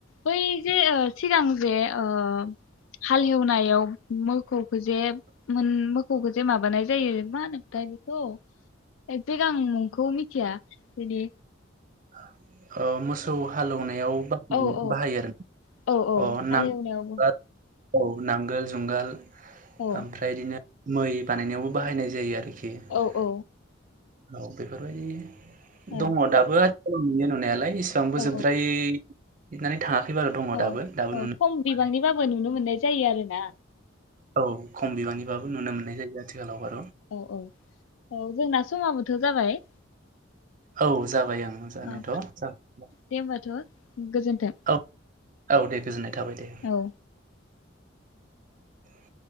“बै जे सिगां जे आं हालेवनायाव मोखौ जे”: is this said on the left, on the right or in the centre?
Left